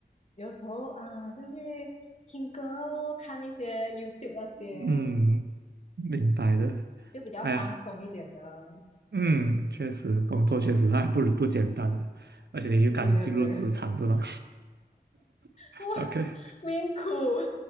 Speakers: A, on the left; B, on the right.
A: 有时候啊就去听歌咯，看一些 YouTube 那些，
B: 嗯，明白的。
A: 就比较放松一点的。
B: 哎呀。嗯，确实，工作确实还不不简单啊，而且你又刚进入职场是吧
A: 对呀、对呀、
B: <laughs>？OK，
A: <laughs> 命苦，